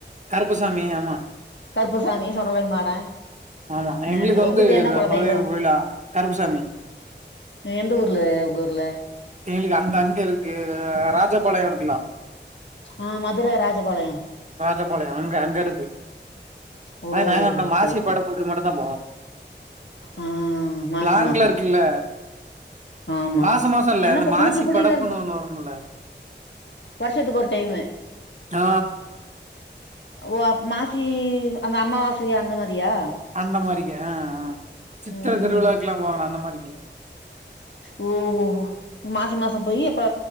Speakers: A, on the right; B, on the left.
A: கருப்புசாமி ஆமா
B: கருப்பசாமி சொடலை மாடே
A: ஆமா எங்குளுக்கு
B: ஆ
A: வந்து
B: உங்கள்து என்ன குலதெய்வோ
A: கொலதெய்வங் கோயிலா கருப்பசாமி
B: அ எந்த ஊர்ல உங்கூர்ல
A: எங்குளுக்கு அந்த அங்க இருக்கு ராஜபாளையோ இருக்குல்லா
B: ஆ மதுர ராஜபாளையோ
A: ராஜபாளையோ அங்க அங்க இருக்கு
B: ஓ
A: ஆயா நாங்க அந்த மாசி
B: சேரி சேரி
A: படப்புக்கு மட்டுந்தா போவோ
B: ஆ மாசி
A: லாங்ல
B: மாசோ
A: இருக்குல்ல
B: ஆமா
A: மாசோ மாசோ இல்ல
B: என்னப்ப
A: இந்த மாசிப்
B: தூத்துக்குடியில
A: படப்புணு
B: இருந்து
A: ஒன்னு வரும்மில்ல
B: வருஷத்துக்கு ஒரு டைமு
A: ஆ
B: ஓ அம்மாசி அந்த அம்மாவாசி அந்த மாரியா
A: அந்த மாரிக அ அ சித்திர
B: ம்
A: திருவிழாக்குலா
B: ம்
A: போவாங்கல அந்த மாரிக
B: ஓ ஒ ஒ மாசி மாசோ போயி அப்ப